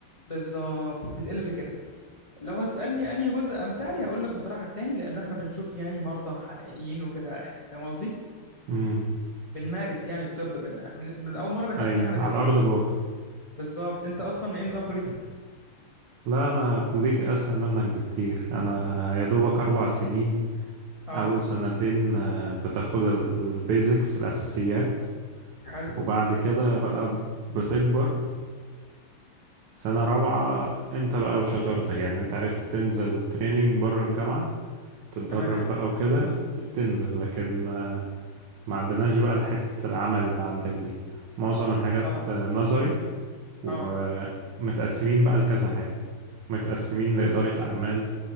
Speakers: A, on the left; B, on the right.
A: بالظبط بتتقلب لكده لو هتسألني أنهي جزء أمتع لي هقول لك بصراحة التاني لأنه إحنا بنشوف يعني مرضى حقيقيين وكده يعني فاهم قصدي؟
B: امم
A: بنمارس يعني الطب بن... من من أول مرة بنحس
B: اي
A: إن إحنا
B: على
A: دكاترة
B: ارض الواقع
A: بالظبط أنت أصلا إيه نظام كليتك؟
B: لا انا كليتي اسهل منك بكتير انا يا دوبك اربع سنين
A: أه
B: اول سنتين آه، بتاخد البيزكس الاساسيات
A: حلو
B: وبعد كده بقى بتكبر سنة رابعة انت بقى وشطارتك يعني انت عرفت تنزل تريننج بره الجامعة تتدرب
A: تمام
B: بقى وكده ت- تنزل لكن آه، ما عندناش بقى حتة العمل اللي عندك دي معظم الحاجات
A: أه
B: آه، نظري ومتقسمين
A: أه
B: بقى لكذا حاجة متقسمين لإدارة أعمال